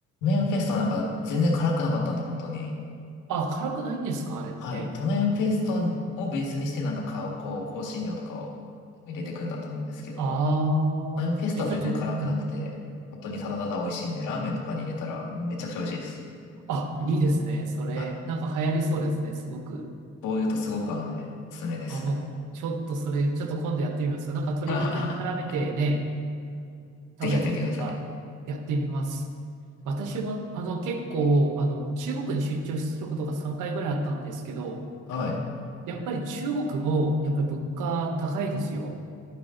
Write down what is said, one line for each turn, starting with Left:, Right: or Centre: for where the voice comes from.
Left: メンフェストなんか全然辛くなかったんで、本当に。
Right: あ、辛くないんですかあれって。
Left: はい。トメンフェストをベースにしてなんかか、こう、香辛料とかを入れていくんだと思うんですけど、
Right: ああ。
Left: トメンフェストは全然辛くなくて、
Right: じゃあちょっと、うん
Left: 本当にただただ美味しいんで、ラーメンとかに入れたらめちゃくちゃ美味しいです。
Right: あ、いいですね。それ、
Left: はい。
Right: なんか流行りそうですね。すごく。
Left: 醤油とすごく合うので、おすすめです。
Right: あ、もう、ちょっとそれ、ちょっと今度やってみます。なんか鶏肉に絡めてね、
Left: <laughs> ぜひやってみてください。
Right: 食べたりとか、やってみます。私も、あの、結構、あの、中国に出張することが3回ぐらいあったんですけど、
Left: はい。
Right: やっぱり中国も、やっぱり物価高いですよ。